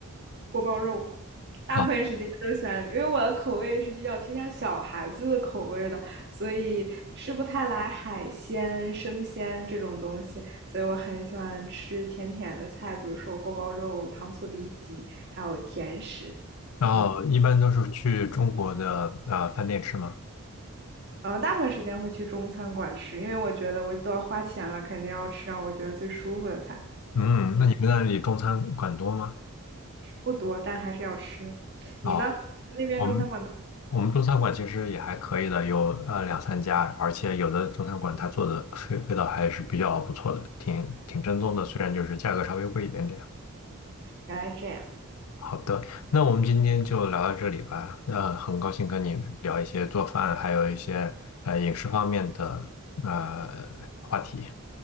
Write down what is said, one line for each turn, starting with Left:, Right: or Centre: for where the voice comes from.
Right: 锅包肉。大部分时间都喜欢，
Left: 啊，
Right: 因为我的口味是比较偏向小孩子的口味的，所以吃不太来海鲜、生鲜这种东西，所以我很喜欢吃甜甜的菜，比如说锅包肉、糖醋里脊，还有甜食。
Left: 然后一般都是去中国的呃饭店吃吗？
Right: 嗯，然后大部分时间会去中餐馆吃，因为我觉得我都要花钱了，肯定要吃让我觉得最舒服的菜。
Left: 嗯，
Right: 嗯，
Left: 那你们那里中餐馆多吗？
Right: 不多，但还是要吃。你呢？
Left: 啊，
Right: 那边中餐馆都
Left: 我们我们中餐馆其实也还可以的，有呃两三家，而且有的中餐馆它做的味味道还是比较不错的，挺挺正宗的，虽然就是价格稍微贵一点点。
Right: 原来这样。
Left: 好的，那我们今天就聊到这里吧。呃，很高兴跟你聊一些做饭，还有一些呃饮食方面的呃话题。